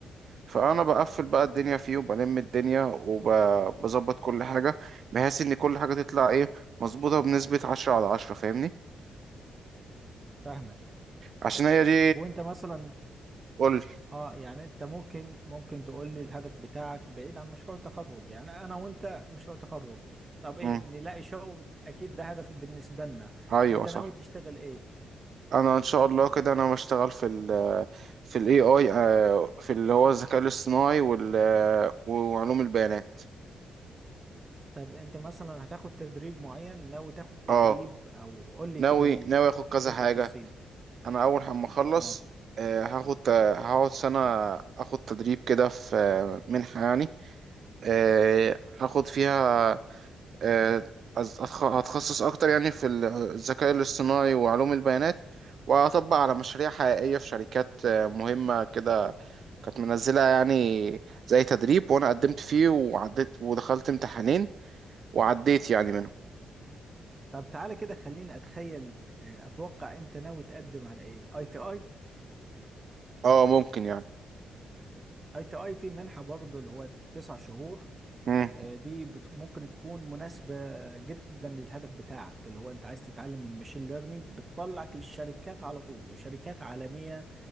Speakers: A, on the right (about 60°); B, on the right (about 30°).
A: فانا بقفل بقى الدنيا فيه وبلم الدنيا وبظبط كل حاجة بحيث ان كل حاجة تطلع ايه مظبوطة بنسبة عشرة على عشرة فاهمني
B: فاهمك
A: عشان هي دي
B: وأنت مثلا
A: قولي
B: اه يعني انت ممكن ممكن تقول لي الهدف بتاعك بعيد عن مشروع التخرج يعني انا وانت مشروع تخرج طب ايه
A: مم.
B: نلاقي شغل اكيد ده هدف بالنسبة لنا
A: ايوه
B: انت
A: صح
B: ناوي تشتغل ايه
A: انا ان شاء الله كده انا بشتغل في ال في الاي اي في اللي هو الذكاء الاصطناعي وال آه، وعلوم البيانات
B: طب انت مثلا هتاخد تدريب معين ناوي تاخد تدريب
A: اه
B: او قول لي
A: ناوي
B: كده ال-
A: ناوي اخد كذا
B: الحاجات
A: حاجه
B: بالتفصيل
A: انا اول ما اخلص
B: اه
A: آه، هاخد هقعد سنه اخد تدريب كده في آه، منحه يعني آه، هاخد فيها آه، أز- أتخ- هتخصص اكتر يعني في ال- الذكاء الاصطناعي وعلوم البيانات وهطبق على مشاريع حقيقيه في شركات آه، مهمه كده كانت منزلة يعني زي تدريب وانا قدمت فيه وعديت ودخلت امتحانين وعديت يعني منهم
B: طب تعالى كده خليني اتخيل آه، اتوقع انت ناوي تقدم على ايه اي تي اي
A: اه ممكن يعني
B: اي تي اي في منحة برضه اللي هو تسع شهور
A: مم.
B: آه، دي بت- ممكن تكون مناسبة جدا للهدف بتاعك اللي هو انت عايز تتعلم الماشين ليرنينج بتطلعك للشركات على طول وشركات عالمية